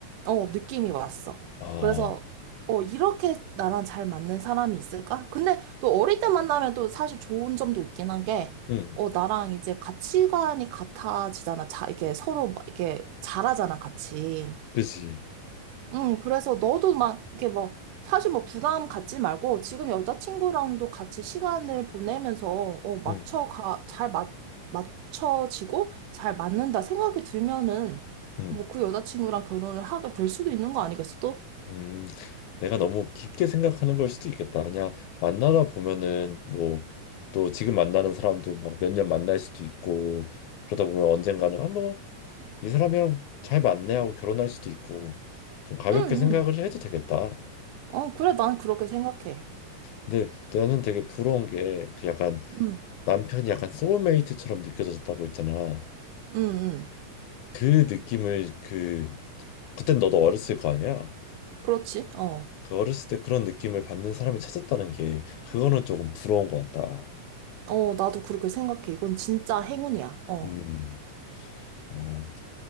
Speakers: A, on the right; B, on the left.
A: 어, 느낌이 왔어.
B: 아,
A: 그래서, 어, 이렇게 나랑 잘 맞는 사람이 있을까? 근데 또 어릴 때 만나면 또 사실 좋은 점도 있긴 한 게,
B: 음,
A: 어, 나랑 이제 가치관이 같아지잖아. 자, 이게 서로 막 이렇게 잘하잖아, 같이.
B: 그치.
A: 응, 그래서 너도 막, 이렇게 막, 사실 뭐 부담 갖지 말고, 지금 여자친구랑도 같이 시간을 보내면서, 어, 맞춰가,
B: 음,
A: 잘 맞, 맞춰지고, 잘 맞는다 생각이 들면은,
B: 음.
A: 뭐 그 여자친구랑 결혼을 하게 될 수도 있는 거 아니겠어, 또?
B: 음, 내가 너무 깊게 생각하는 걸 수도 있겠다. 그냥 만나다 보면은 뭐 또 지금 만나는 사람도 막 몇 년 만날 수도 있고 그러다 보면 언젠가는 아 뭐 이 사람이랑 잘 맞네 하고 결혼할 수도 있고 좀 가볍게
A: 응,
B: 생각을
A: 응.
B: 해도 되겠다.
A: 어, 그래, 난 그렇게 생각해.
B: 근데 나는 되게 부러운 게 그 약간
A: 응,
B: 남편이 약간 소울메이트처럼 느껴졌다고 했잖아.
A: 응, 응.
B: 그 느낌을 그 그땐 너도 어렸을 거 아니야?
A: 그렇지, 어.
B: 그 어렸을 때 그런 느낌을 받는 사람이 찾았다는 게 그거는 조금 부러운 것 같다.
A: 어, 나도 그렇게 생각해. 이건 진짜 행운이야. 어.
B: 음, 음. 어,